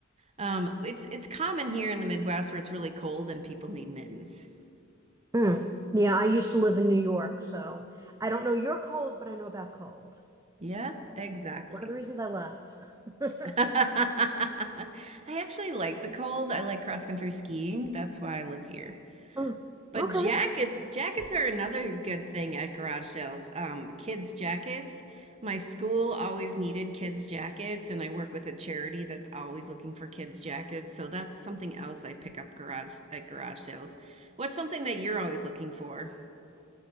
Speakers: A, on the right; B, on the right.
A: Um, it's it's common here in the Midwest where it's really cold and people need mittens.
B: Mm. Yeah, I used to live in New York, so I don't know your cold, but I know about cold.
A: Yeah, exactly.
B: One of the reasons I left. <laughs>
A: <laughs> I actually like the cold. I like cross-country skiing. That's why I live here.
B: Mm.
A: But
B: Okay.
A: jackets, jackets are another good thing at garage sales. Um, kids' jackets. My school always needed kids' jackets, and I work with a charity that's always looking for kids' jackets. So that's something else I pick up garage at garage sales. What's something that you're always looking for?